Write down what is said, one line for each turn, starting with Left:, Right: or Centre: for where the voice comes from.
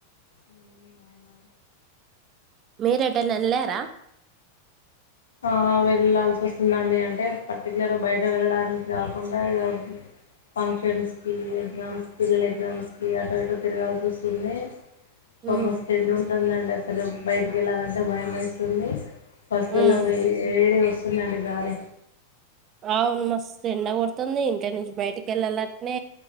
Left: ఉమ్, అవునా
Right: మీరేట నేల్లారా
Left: ఆ వెళ్లాల్సి వస్తుందండి అంటే పర్టికులర్గా బయట వెళ్ళడానికి కాకుండా ఇ ఫంక్షన్స్ కి ఎగ్జామ్స్ పిల్లల పిల్లలు ఎగ్జామ్స్ కి అటూ ఇటూ తిరగాల్సి వస్తుంది ఉరువే
Right: ఉమ్
Left: ఇ మస్తు ఎండ వుంటుంద్దాండి అసలు బయటకి వెళ్ళాలంటే భయం వేస్తుంది ఫస్ట్ ఇల
Right: ఉమ్
Left: ఏడి వస్తుందండి గాలి
Right: అవును మస్తు ఎండ కొడుతుంది ఇంకా నుంచి బయటికి వెళ్ళాల న